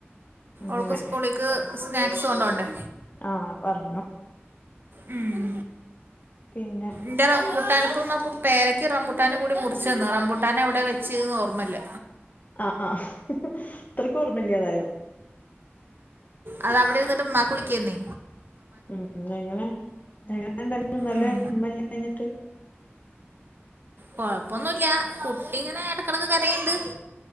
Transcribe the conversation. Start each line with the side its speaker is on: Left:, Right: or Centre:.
Left: അങ്ങനെ
Right: ഓക്ക് സ്കൂളിക്ക് സ്നാക്സ് കൊണ്ടോണ്ടെ
Left: ആഹ് പർഞ്ഞു
Right: ഉം
Left: പിന്നെ
Right: ഇന്റെ റംബൂട്ടാന്പ്പ പേരയ്ക്കിം റംബുട്ടാനുകൂടി മുറിച്ച് തന്ന് റംബുട്ടാന് എവിടെയ വെച്ചത് ഓർമല്ല
Left: ആഹ് ആഹ് അത്രക്ക് ഓർമ്മല്ലാതായോ
Right: അത് അവിടിര്ന്ന്ട്ട് ഉമ്മാക്കുളിക്ക്ന്നെ
Left: ഉം എങ്ങെനെ എങ്ങനെണ്ടൻ്റെ ഇന്നലെ
Right: ഉം
Left: ഇമ്മല്ലാഞ്ഞിട്ട്
Right: കൊഴപ്പൊന്നുല്ല കുട്ടി ഇങ്ങനെ എടക്കെടക്ക് കരയ്ണ്ട്